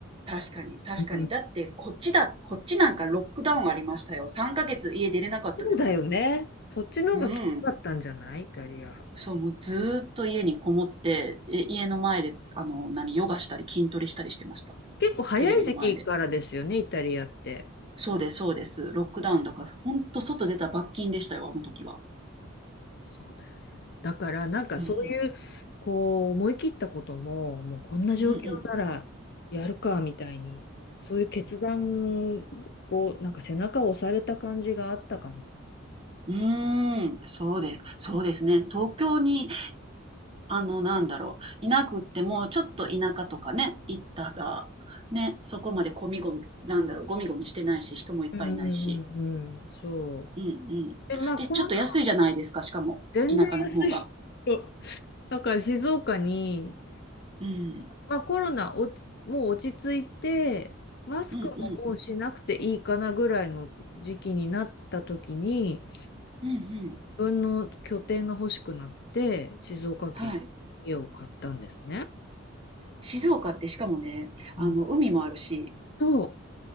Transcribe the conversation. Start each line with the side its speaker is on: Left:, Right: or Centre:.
Right: 確かに、確かに。
Left: うん、
Right: だってこっちだこっちなんかロックダウンありましたよ。3ヶ月家出れなかったですも
Left: そうだよね。そっちの方がきつかったんじゃないイタリア。
Right: ん。うん。そう、もうずーっと家にこもって、え、家の前で、あの、何、ヨガしたり筋トレしたりしてました。
Left: 結構早い時期からですよね、
Right: テレビの前で。
Left: イタリアって。
Right: そうですそうです。ロックダウンだから、ほんと外出た罰金でしたよ、あの時は。
Left: そうだよね。だからなんかそういうこう思い切ったことももうこんな状況ならやるかみたいにそういう決断をなんか背中を押された感じがあったかも。
Right: うん。うんうん。うーん、そうでそうですね。東京に、あの、なんだろう、いなくっても、ちょっと田舎とかね、行ったら、ね、そこまでゴミゴミ、なんだろう、ゴミゴミしてないし、人もいっぱいいないし。
Left: うんうんうんうん。そう。
Right: うんうん。
Left: でまあコロナは
Right: で、ちょっと安いじゃないですか、しかも、
Left: 全然安い。
Right: 田舎の方が。
Left: <laughs> そうだから静岡に、
Right: うん。
Left: まあ、コロナおちもう落ち着いてマスクももうしなくていいかなぐらいの時期になった時に
Right: うんうん。うんうん。
Left: 自分の拠点が欲しくなって、静岡県
Right: はい。
Left: に家を買ったんですね。
Right: 静岡ってしかもね、
Left: うん。
Right: あの、海もあるし、
Left: と、